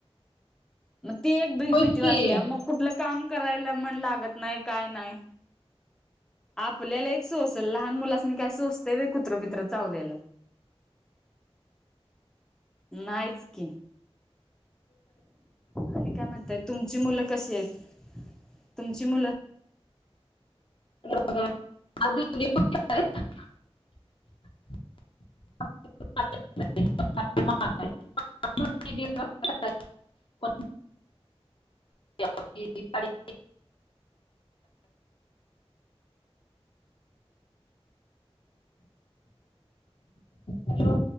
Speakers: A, in the centre; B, on the left.
A: मग ती एक भी-भीती
B: होयच
A: वाटते
B: की
A: या, मग कुठलं काम करायला, मण लागत नाही, काय नाही. आपल्याला एक सोसल, लहान मुलांसनी काय सोस ते व्हय कुत्र -बित्र चावलेलं, नाहीच की. आणि काय म्हणताय, तुमची मुलं कशी आहेत तुमची मुलं
B: <unintelligible> <unintelligible> पण <unintelligible> हॅलो.